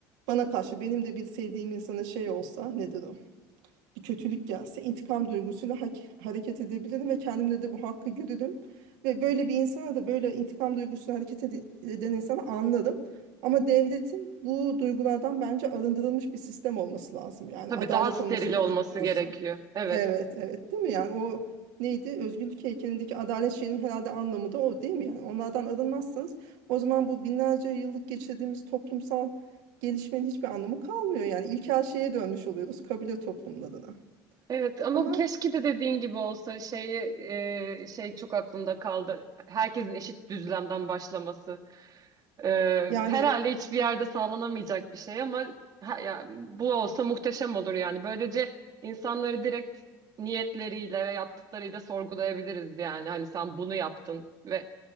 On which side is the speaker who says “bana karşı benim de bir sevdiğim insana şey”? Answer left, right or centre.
Right